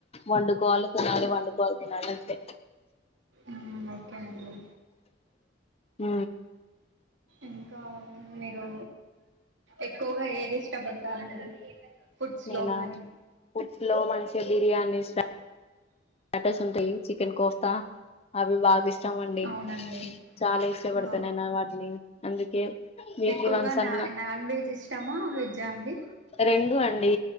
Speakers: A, on the left; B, on the right.
A: వండుకోవాలి తినాలి, వండుకోవాలి తినాలి అంతే.
B: ఊ ఓకే అండి.
A: ఊ
B: ఇంకా మిరూ. ఎక్కువగా ఏది ఇష్టపడతారు మీరు. ఫుడ్స్
A: నేనా
B: లో గానీ
A: ఫుడ్స్ లో మంచి బిర్యానీస్ ఫామ్. ఎటస్ ఉంటయి. చికెన్ కోస్తా అవి బాగిస్. చం అండి.
B: అవునండి
A: చాలా ఇష్టపడతనండి.
B: ఆ
A: అవి వాట్ నేన్ అందుకే. వీక్లీ
B: ఎక్కువగా
A: వన్స్
B: నా
A: అన్నా
B: నాన్ వెజ్ ఇష్టామా వెజ్ ఆ అండి.
A: రెండు అండి.